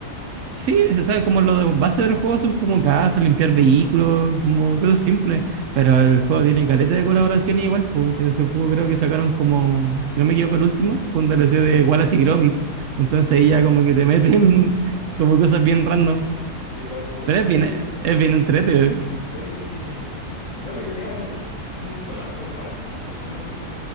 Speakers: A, on the right; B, on the left.
A: Sí, o sea, como los bases del juego son como casas, limpiar vehículos, como cosas simples. Pero el juego tiene caleta de colaboraciones igual, pues si ese juego creo que sacaron como, si no me equivoco, el último, fue un DLC de Wallace y Gromit. Entonces ahí ya como que te meten <laughs> como cosas bien random.
B: Qué loco.
A: Pero es bien,
B: Oye,
A: es bien entrete.
B: oye, mm, ¿no que tenía un, un collab con Final Fantasy también?